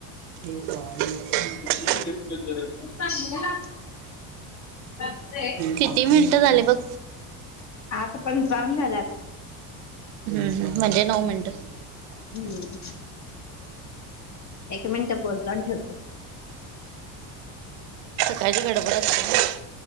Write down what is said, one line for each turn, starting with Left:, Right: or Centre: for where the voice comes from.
Right: श्री स्वामी <inaudible>
Left: उपाशी रहा चालतंय.
Right: किती मिनिटं झाले बघ.
Left: आता पण चालून झाल्यात.
Right: हम्म म्हणजे नऊ मिनिटं.
Left: हम्म. एक मिनिट बोलतोण ठेवतो.
Right: का गडबर अस.